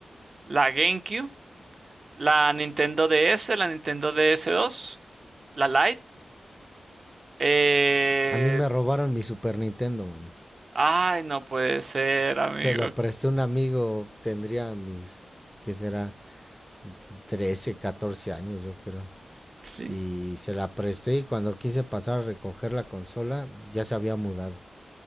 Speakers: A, on the right; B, in the centre.
A: la GameCube, la Nintendo DS, la Nintendo DS2, la Lite. Eh...
B: A mí me robaron mi Super Nintendo, mano.
A: Ay, no puede ser,
B: Se
A: amigo.
B: lo presté a un amigo, tendría mis, ¿qué será? trece 14 años, yo creo.
A: Sí.
B: Y se la presté y cuando quise pasar a recoger la consola, ya se había mudado.